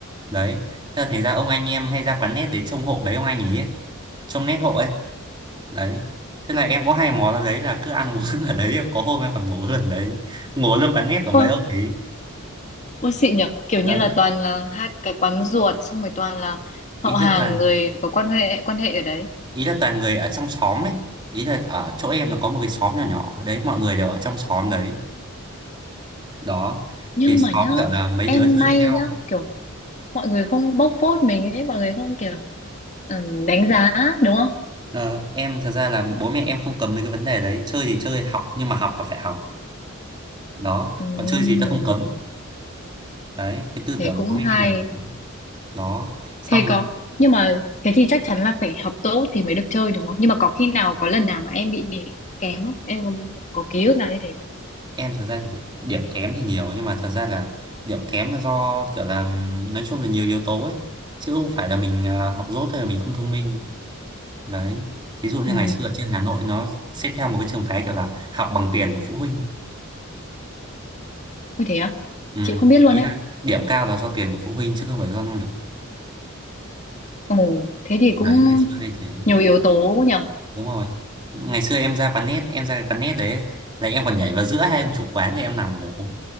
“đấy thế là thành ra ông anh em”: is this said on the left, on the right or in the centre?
Right